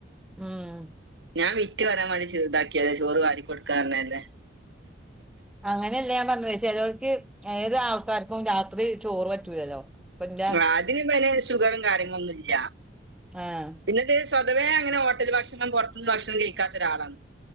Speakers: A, in the centre; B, on the right (about 70°).
A: ഉം
B: ഞാൻ വിറ്റ് വരാൻ വേണ്ടി ഇതാക്കിയല്ലെ ചോറ് വാരി കൊടുക്കാറനല്ലേ
A: അങ്ങനെയല്ലേ പറഞ്ഞത് ചിലർക്ക് ഏത് ആൾക്കാർക്കും രാത്രി ചോറ് പറ്റൂലല്ലോ ഇപ്പൊ എന്റെ
B: ആദ്യം അതിന് പിന്നെ ഷുഗറും കാര്യങ്ങളൊന്നുല്ല
A: ആഹ്
B: പിന്നത് സ്വതവേ അങ്ങനെ ഹോട്ടല് ഭക്ഷണം പുറത്തുന്ന് ഭക്ഷണം കഴിക്കാത്ത ഒരാളാണ്